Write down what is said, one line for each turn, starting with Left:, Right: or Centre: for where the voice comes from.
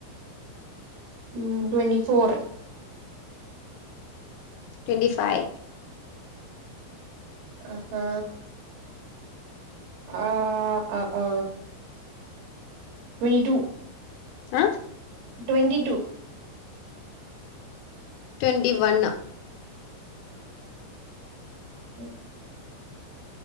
Right: ఉ ట్వంటీ ఫోర్
Left: ట్వంటి ఫైవ్
Right: ఆహా ఆ ఆఆ వేటు
Left: ఆ
Right: ట్వంటీ టూ
Left: ట్వంటి వన్
Right: ఉ